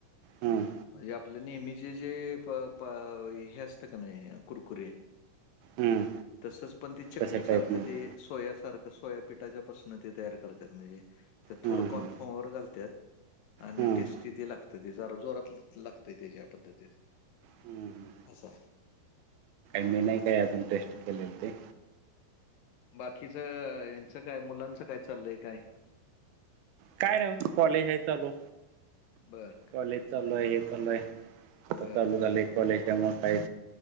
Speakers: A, on the right; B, on the left.
A: हम्म.
B: म्हणजे आपल्या नेहमीचे जे हे प प हे असतं का नाही कुरकुरे
A: हम्म
B: तसच पण ते चकलीसारखं
A: तशा टाईप निघलं
B: ते सोयासारखं सोयापीठाच्या पासन ते तयार करतात म्हणजे त्यात
A: हम्म
B: थोडं
A: हम्म
B: कॉन्फर्मवर घालतात आणि
A: हम्म
B: टेस्ट तिथे लागते ते जरा जोरात लागतय त्याच्या पद्धतीने,
A: हम्म हम्म
B: असं आहे.
A: मी नाही काय अजून टेस्ट केलेल ते.
B: बाकीच ह्यांच्य मुलांचं काय मुलांचं काय चाललंय काय?
A: काय नाही कॉलेज हाय चालू.
B: बर
A: कॉलेज चालू आहे हे चालू आहे आता
B: बर
A: चालू झाले. कॉलेजच्या म काही